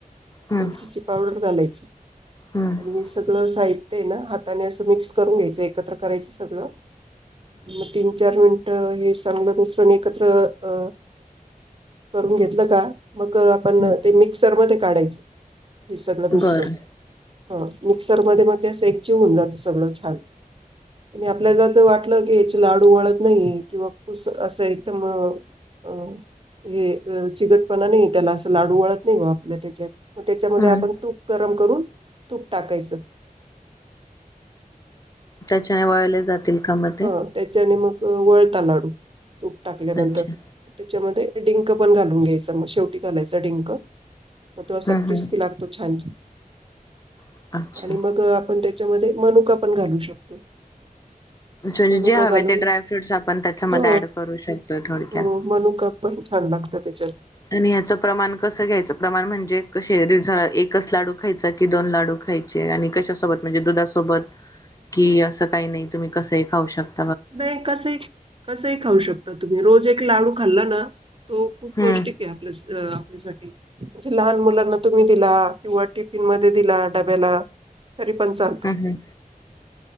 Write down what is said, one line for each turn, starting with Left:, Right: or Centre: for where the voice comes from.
Left: हम्म
Right: वेलचीची पावडर घालायची.
Left: हम्म
Right: आणि सगळं साहि त्य ना हाताने असं मिक्स करून घ्यायचं एकत्र करायचं सगळं न मग तीन चार मिनिटं हे संगलं मिसरन एकत्र अ करून घेतलं का मग आपण
Left: हम्म
Right: ते मिक्सरमध्ये काढायचं हे सगळं मिश्रण.
Left: बरं
Right: ह मिक्सरमध्ये मग ते असं एकजीव होऊन जातं सगळं छान. आणि आपल्याला ज वाटलं, की याचे लाडू वळत नाहीये किंवा कुस असं एकदम. अ! हे अ चिगटपणा नाही त्याला असं लाडू वळत नाही व आपल्या त्याच्यात मग त्याच्यामध्ये
Left: हम्म
Right: आपण तूप गरम करून तूप टाकायचं.
Left: ज्याच्याने वळले जातील. का मग ते?
Right: हं त्याच्याने मग वळता लाडू तूप टाकल्यानंतर.
Left: अच्छा
Right: त्याच्यामध्ये डिंक पण घालून घ्यायच म शेवटी घालायचा डिंक म तो असा
Left: हम्म
Right: क्रिस्पी
Left: हम्म
Right: लागत तो छान
Left: अच्छा अच्छा,
Right: आणि मग आपण त्याच्यामध्ये मनुका पण घालू शकतो.
Left: जे-जे
Right: मनुका
Left: हवे
Right: घालून
Left: ते ड्रायफ्रूट्स आपण त्याच्यामध्ये
Right: हो
Left: ऍड करू शकतो थोडक्यात.
Right: हो मनुका पण छान लागतं त्याच्यात.
Left: आणि ह्याचं प्रमाण कसं घ्यायचं प्रमाण म्हणजे कशें रिझ एकच लाडू खायचा की दोन लाडू खाय चे आणि कशासोबत म्हणजे दुधासोबत कि असं काही नाही तुम्ही कसही खाऊ शक
Right: नाही कसही कसही खाऊ शकता तुम्ही, रोज एक लाडू खाल्ला ना तो खूप
Left: हम्म
Right: पौष्टिक. ते आपल्या स आपल्यासाठी. जे लहान मुलांना तुम्ही दिला किंवा टिफिन मध्ये दिला डब्याला तरी पन चाल.
Left: हूं हूं